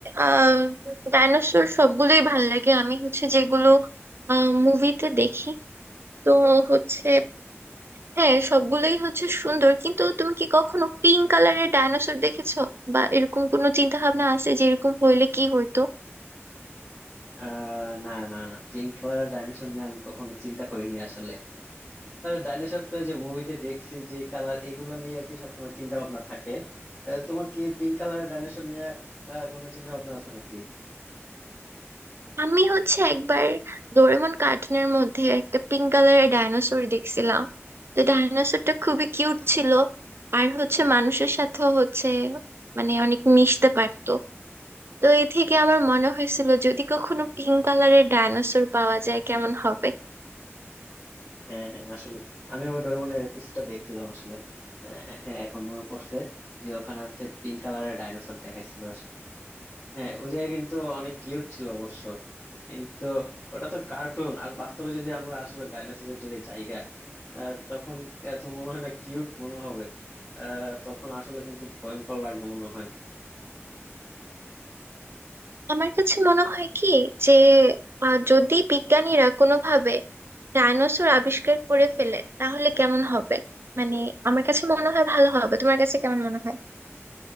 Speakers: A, on the right; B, on the left.
A: আহ ডাইনোসর সবগুলোই ভাল লাগে আমি হচ্ছে যেগুলো মুভিতে দেখি তো হচ্ছে হ্যাঁ সবগুলোই হচ্ছে সুন্দর কিন্তু তুমি কি কখনো পিঙ্ক কালারের ডাইনোসর দেখেছো বা এরকম কোনো চিন্তা ভাবনা আছে যে এরকম হইলে কি হইতো
B: আহ না না না পিঙ্ক কালারের ডাইনোসর নিয়ে আমি কখনো চিন্তা করিনি আসলে ডাইনোসর তো ওই যে মুভিতে দেখছি যে কালার এগুলো নিয়ে আর কি সবসময় চিন্তা ভাবনা থাকে আহ, তোমার কি পিঙ্ক কালারের ডাইনোসর নিয়ে আহ, কোনো চিন্তা ভাবনা আছে নাকি
A: আমি হচ্ছে একবার ডোরেমন কার্টুনের মধ্যে একটা পিঙ্ক কালারের ডাইনোসর দেখছিলাম তো ডাইনোসরটা খুবই কিউট ছিল আর হচ্ছে মানুষের সাথেও হচ্ছে মানে অনেক মিশতে পারতো তো এ থেকে আমার মনে হয়েছিল যদি কখনো পিঙ্ক কালারের ডাইনোসর পাওয়া যায় কেমন হবে
B: হ্যাঁ হ্যাঁ আসলে আমি ওই ডোরেমনের এপিসোডটা দেখছিলাম আসলে আহ, হ্যাঁ এখন মনে পড়ছে যে ওখানে হচ্ছে পিঙ্ক কালারের ডাইনোসর দেখাইছিল আসলে হ্যাঁ ওই জায়গায় কিন্তু অনেক কিউট ছিল অবশ্য কিন্তু ওটা তো কার্টুন আর বাস্তবে যদি আমরা আসলে ডাইনোসরের যুগে জায়গা আহ, তখন এত মনে হয় না কিউট মনে হবে আহ, তখন আসলে কিন্তু ভয়ঙ্কর লাগবে মনে হয়
A: আমার কাছে মনে হয় কি যে আহ, যদি বিজ্ঞানীরা কোনোভাবে ডাইনোসর আবিষ্কার করে ফেলে তাহলে কেমন হবে মানে আমার কাছে মনে হয় ভালো হবে তোমার কাছে কেমন মনে হয়